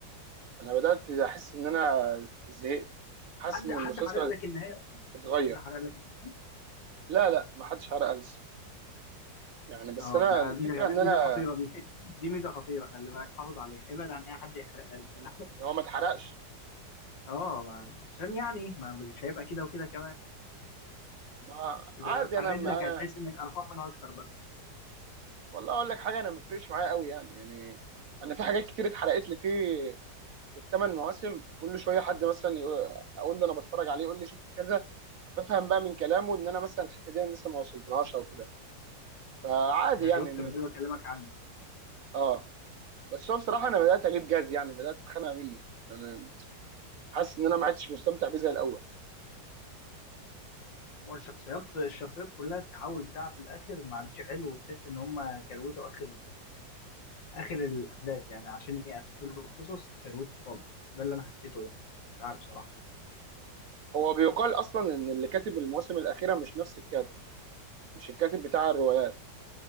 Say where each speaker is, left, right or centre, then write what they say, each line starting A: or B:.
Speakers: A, on the right; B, on the left.
A: انا بدات احس ان انا زهقت حاسس
B: حد
A: ان
B: حد
A: المسلسل
B: حرق لك النهاية أصلا
A: اتغير
B: حد حرق لك النهاية
A: لا لا ما حدش حرق ألسن يعني بس
B: أه
A: انا
B: ده
A: الفكره
B: ميزة
A: ان
B: ميزة
A: انا
B: خطيرة دي <laughs> دي ميزة خطيرة خلي بالك حافظ عليها ابعد عن أي حد يحرقها لك بقى
A: ان إن هو ما اتحرقش
B: أه ما- عشان يعني ما مش هيبقى كده وكده كمان
A: ما-
B: لا
A: عادي
B: اتحرقت
A: انا انا
B: لك هتحس انك قرفان منها اكتر بقى
A: والله اقول لك حاجه انا ما بيفرقش معايا قوي يعني يعني انا في حاجات كتير اتحرقت لي في في الثمان مواسم كل شويه حد مثلا يقول اقول له انا بتفرج عليه يقول لي شفت كذا بفهم بقى من كلامه ان انا مثلا الحته دي انا لسه ما وصلتلهاش او كده فعادي
B: ما
A: يعني
B: شفت
A: م-
B: من ده اللي بكلمك عنه
A: اه بس هو بصراحه انا بدات اجيب جاز يعني بدات اتخانق منه يعني حاسس ان انا ما عدتش مستمتع بيه زي الاول
B: هو الشخصيات الشخصيات كلها التحول بتاعها في الاخر ما عادش حلو وتحس ان هم كروتوا اخر اخر الاحداث يعني عشان يقفلوا القصص كروتوا خالص ده اللي انا حسيته يعني مش عارف صراحه
A: هو بيقال اصلا ان اللي كاتب المواسم الاخيره مش نفس الكاتب مش الكاتب بتاع الروايات